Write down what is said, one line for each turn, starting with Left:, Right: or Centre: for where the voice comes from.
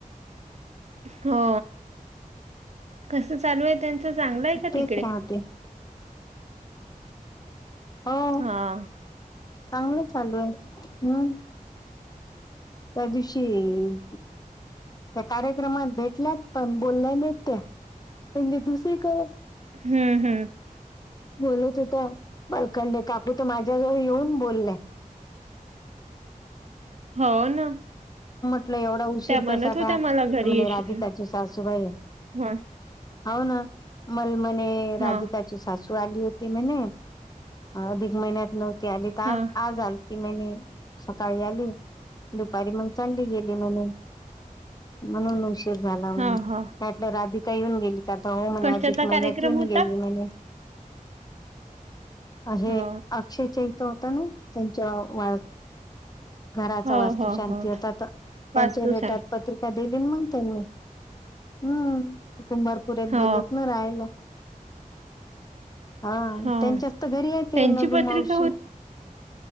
Right: हो. कस चालू आहे त्यांच चांगलंय का
Left: तेच
Right: तिकडे.
Left: राहते हो
Right: हा.
Left: चांगलं चालू आहे हम्म. त्या दिवषय. त्या कार्यक्रमात भेटल्यात पण बोलल्या देत त्या म्हणजे दुसरीकडे.
Right: हम्म हम्म
Left: बोलत होता बालकंडे कापू. तो माझ्याजवळ येऊन बोललाय
Right: हो ना
Left: आपला एवढा उशीर
Right: त्या म्हणत
Left: कसा का
Right: होत्या मला घरी
Left: तर म्हणज
Right: येशील
Left: राधिकाची सासूबाई
Right: हा
Left: हो ना मलमने राधिकाची.
Right: हा
Left: ू आली होती म्हने अधिक महिन्यात नव्हती आली तर आज
Right: हा
Left: आज आल. ती महिने सकाळी आली दुपारी मग चालली गेली महिने म्हणूनष. झाला म्हटलं
Right: हा हा
Left: राधिका येऊन गेली का आता हो म्हणे
Right: कशाचा
Left: अधिक महिन्यात
Right: कार्यक्रम
Left: येऊन
Right: होता?
Left: गेली म्हणे. हे
Right: हो
Left: अक्षय च. त होता ना त्यांच्या वा घराचा
Right: हो
Left: वास्तू
Right: हो
Left: शांती
Right: हो
Left: होतात त्यांच्या
Right: वास्तू
Left: बेट्यात
Right: सा
Left: पत्रिकेत दिली मग त्यांनी हम्म कुंभारपुऱ्यात
Right: हो
Left: गेलेत ना राहायला हा
Right: हो
Left: त्यांच्यास तर घरी य ते
Right: त्यांची
Left: नलू
Right: पत्रिका
Left: मावशी.